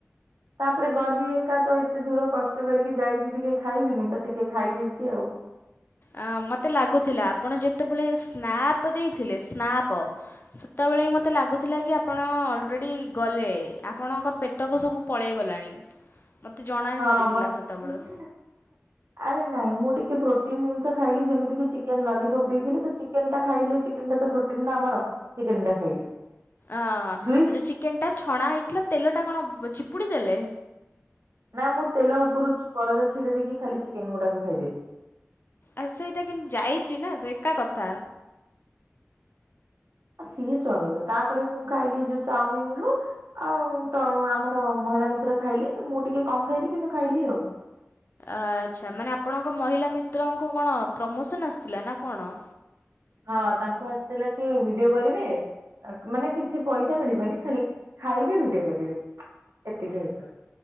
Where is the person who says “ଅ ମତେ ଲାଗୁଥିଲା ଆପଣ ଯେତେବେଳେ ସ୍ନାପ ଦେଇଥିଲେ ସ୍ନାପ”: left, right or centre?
Left